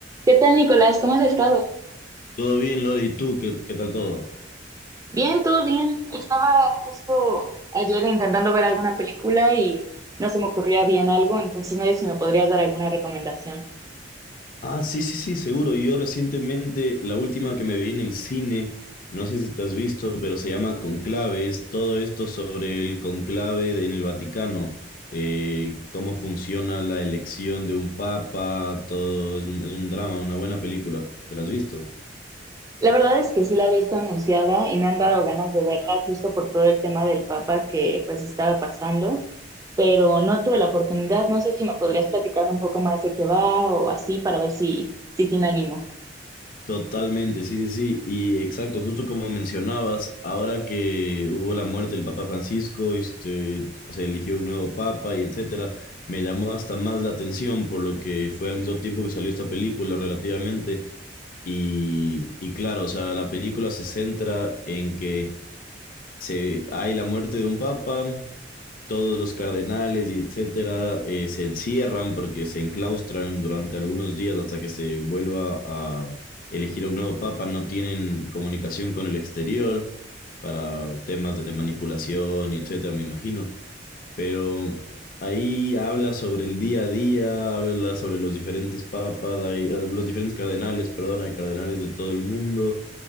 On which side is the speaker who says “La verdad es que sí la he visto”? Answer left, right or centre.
Right